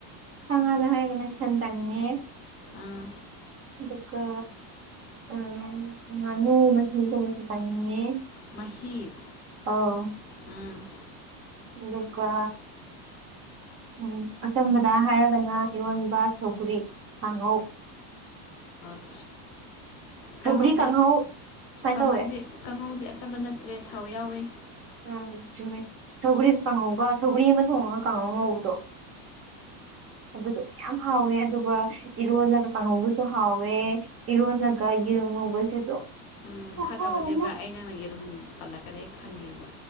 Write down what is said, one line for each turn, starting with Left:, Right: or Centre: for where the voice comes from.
Right: ꯁꯥ ꯉꯥꯗ ꯍꯥꯏꯔꯒꯅ ꯁꯟ ꯆꯥꯅꯤꯡꯉꯦ
Left: ꯑꯥ
Right: ꯑꯗꯨꯒ ꯎꯝ ꯉꯥꯅꯨ ꯃꯍꯤꯒꯨꯝꯕꯁꯨ ꯆꯥꯅꯤꯡꯉꯦ
Left: ꯃꯍꯤ
Right: ꯑꯧ
Left: ꯎꯝ
Right: ꯗꯨꯒ ꯎꯝ ꯑꯆꯝꯕꯗ ꯍꯥꯏꯔꯒꯅ ꯏꯔꯣꯟꯕ ꯁꯧꯒꯔ꯭ꯤ ꯀꯥꯡꯉꯧ
Left: ꯑ ꯀꯪꯉꯧꯗꯤ
Right: ꯁꯧꯒ꯭ꯔꯤ ꯀꯥꯡꯍꯧ ꯁꯨꯃꯥꯏꯅ
Left: ꯀꯪꯉꯧꯗꯤ
Right: ꯇꯧꯋꯦ
Left: ꯀꯥꯡꯉꯧꯗꯤ ꯑꯆꯝꯕ ꯅꯠꯇ꯭ꯔꯦ ꯊꯥꯎ ꯌꯥꯎꯋꯤ
Right: ꯎꯝ ꯆꯨꯝꯃꯦ ꯁꯧꯒꯔꯤ ꯀꯥꯡꯍꯧꯒ ꯁꯧꯒ꯭ꯔꯤ ꯑꯃ ꯊꯣꯡꯉꯒ ꯀꯥꯡꯍꯧ ꯑꯃꯥ ꯉꯧꯕꯗꯣ ꯑꯗꯨꯗꯣ ꯃꯌꯥꯝ ꯍꯥꯎꯋꯦ ꯑꯗꯨꯒ ꯏꯔꯣꯜꯂꯒ ꯀꯥꯡꯉꯧꯒꯥꯁꯨ ꯍꯥꯎꯋꯦ ꯏꯔꯣꯜꯂꯒ ꯌꯦꯔꯨꯝ ꯉꯧꯕꯁꯤꯁꯨ
Left: ꯎꯝ
Right: ꯈꯨꯍꯥꯎ
Left: ꯈꯪꯉꯕꯅꯦꯕ
Right: ꯑꯃ
Left: ꯑꯩ ꯅꯪꯅꯥ ꯌꯦꯔꯨꯝ ꯄꯜꯂꯛꯀꯅꯤ ꯑꯩ ꯈꯪꯉꯦꯕ